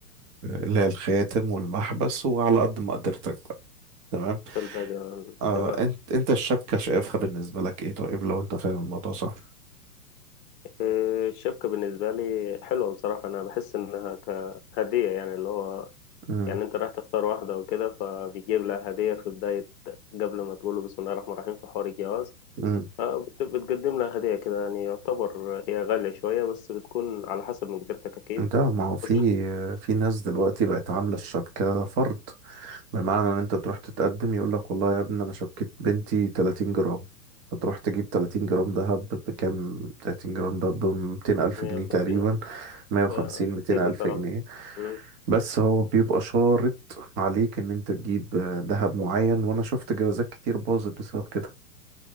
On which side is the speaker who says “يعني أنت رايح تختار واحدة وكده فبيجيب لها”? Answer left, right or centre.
Left